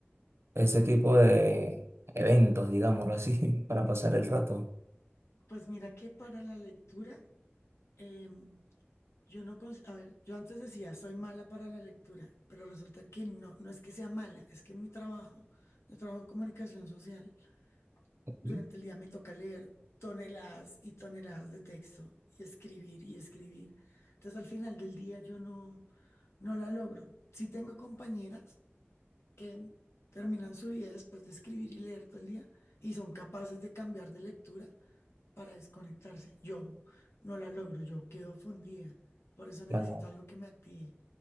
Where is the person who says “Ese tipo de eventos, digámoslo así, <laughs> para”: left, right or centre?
Right